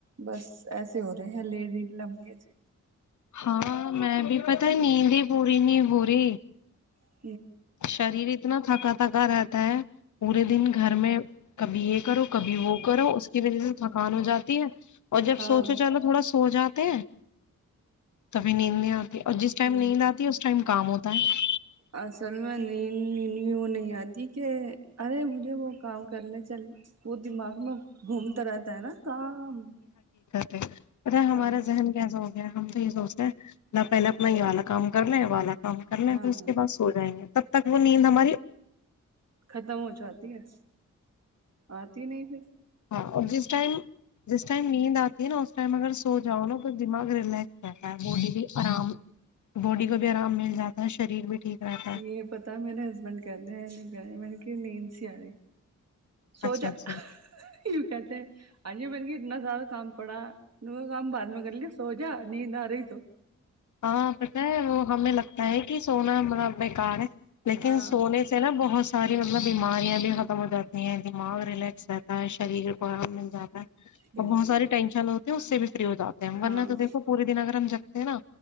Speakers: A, on the right; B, on the left.
A: بس ایسے ہو رہے ہیں لیزی لمحے سے
B: ہاں میں بھی پتا نیند پورینی ہو رہی
A: جی
B: شریر اتنا تھکا تھا پکا رہتا ہے پورے دن گھر میں کبھی ایک کرو کبھی وہ کرو اس کی وجہ سے تھکان ہو جاتی ہے اور جب
A: ہاں
B: سوچو چلو تھوڑا سو جات تے ہیں تو پھر نیند نہیں آتی اور جس ٹائم
A: ہ
B: نیند آتی ہے اس ٹائم کام ہوتا ہے
A: اصل نہیں آتی کہ ارے مجھے وہ کام کرنے چل وہ دماغ میں گھومتا رہتا ہے نا کام
B: <unintelligible> پتا ہمارا
A: ہاں
B: ذن کیسا ہوگ ہم تو یہ سوچتے ہیں ل پہلے اپنا یہ والا کام کرنا یہ والا کام کر لیں
A: ہاں
B: پھر اس کے بعد سو جائیں گے تب تک وہ نیند ہماری
A: ختم ہو جاتی ہے آتی نہیں پھر
B: ہاں اور جس ٹائم جس ٹائم نیند آتی ہے نا اس ٹائم اگر سو جاؤ نا تو دماغ ریلیکس رہتا ہے باڈی بھی آرام باڈی کو بھی آرام مل جاتا ہے شریر بھی ٹھیک رہتا ہے
A: یہ پتا میرے ہسبینڈ کہتے ہیں نہیں کہ رہے میں نے کہ مین س آار سوچا
B: اچھا اچھا
A: وں کہتے ہیں ہ ج م نے کہ اتنا زیادہ کام پڑا کاا کام بعد میں کر لیا سو جا نیند آ رہی تو
B: ہاں پتا ہے وہ ہمیں لگتا ہے کہ سونا ہما بیکار ہے لیکن
A: ہاں
B: سونے سے نا بہت ساری مطلب بیماریاں بھی ختم ہو جاتی ہیں دماغ ریلیکس رہتا ہے شریر کو آرام جاتا ہے
A: بالکل
B: ا بہت ساری ٹینشن ہو تو اس س ف ہو جے ہیں ہم ورنہ
A: ہاں
B: تو دھو پورے دن اگر ہم جگتے ہیں نا